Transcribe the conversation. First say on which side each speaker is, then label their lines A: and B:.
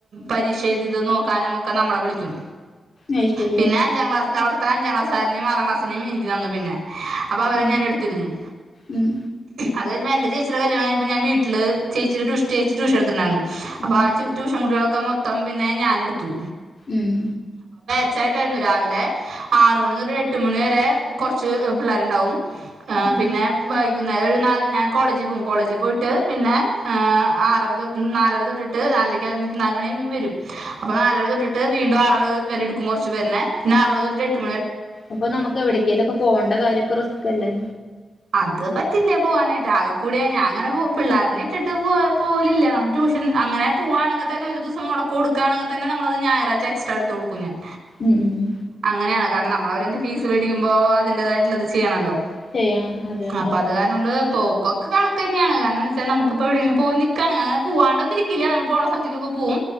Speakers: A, on the right (about 75°); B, on the left (about 50°).
A: പരീക്ഷയ്തെത് നോക്കാനും ഒക്കെ നമ്മളെ വിളിക്കും
B: അത് ശരി
A: പിന്നെ
B: ഓക്കെ
A: അഞ്ചാം ക്ലാസ്സിലവിട് പ അഞ്ചാം ക്ലാസ്സാരനേയും ആറാം ക്ലാസിനേം എനിക്ക്തന്നു പിന്നെ അപ്പൊ അവരെ
B: ഉം
A: ഞാൻ എടുത്തിരുന്നു
B: ഉം
A: അത് എന്റെ ചേച്ചിടെ കല്യാണം കഴിഞ്ഞപ്പോ ഞാൻ വീ ട്ടില് ചേച്ചിടെടുഷ്ടി യിട്ട് ടൂഷെട്ത്തിട്ട്ണ്ടായിരുന്നു അപ്പൊ
B: ഉം
A: ആ ചൂ ടൂഷൺകുട്ടീളൊ മൊത്തം പിന്നെ ഞാൻ എടുത്തു
B: ഉം
A: ച്ചായിട്ടായിരുന്നു രാവിലെ ആറ്മണിന് ഒരു എട്ട്മണിവരെ കൊറച്ച് പിള്ളേരുണ്ടാവും ആ
B: ഉം
A: പിന്നെ ഭായി വൈകുന്നേരം നാല് ഞാ കോളേജ് പോകും കോളജ് പോയിട് ട്ട് പിന്നെ ഏ ആറരതൊട് നാലര തൊട്ട്ട്ട് ആറരക്ക് നാലു മണിവരും അപ്പൊ നാലരതൊട്ട്ട്ട് വീണ്ടും ആറരവരെടുക്കും കൊറച്ചുപേരുനെ പിന്നെ ആറര തൊട്ടിട് എട്
B: അപ്പൊ നമുക്ക് എവിടെക്കേലൊക്കെ പോൺ ണ്ട കാര്യക്കെ റിസ്കല്ലേ
A: അത് പറ്റില്ല പോവാനായിട്ട് ആക കൂടിയ ഞാങ്ങനെ കൂ പിള്ളാർനെട്ടിട്ട് പോ പോലില്ല ട്യൂഷൻ അങ്ങനെപോവാണങ്കെ തന്നെ ഒരുദിവസം മൊടക്ക് കൊട്കാണെങ്കെതന്നെ നമ്മളത് ഞായറാഴ്ച എക്സ്ട്രാ എടുത്തൊടുക്കും ഞൻ
B: ഉം ഉം
A: അങ്ങനെയാണ് കാരണം നമ്മളവരെ ഫീസ് മേടിക്കുമ്പോ അതിന്റേതായിട്ടുള്ളത് ചെയ്യണല്ലോ
B: ചെയ്യണം അതെ അതെ
A: അപ്പൊ അത്കാരണംകൊണ്ട് പോക്ക ഒക്ക കണക്കന്നേണ് കാരണന്ത്വെച്ചാ നമുക്കിപ്പോവിടെണ് പോയിനിക്കാൻ ആ പൂവാണ്ടന്നിരികില്ലാ നമ്മൾ പോണ്ടസ്ഥലത്ത്ക്കൊക്കെ പോകും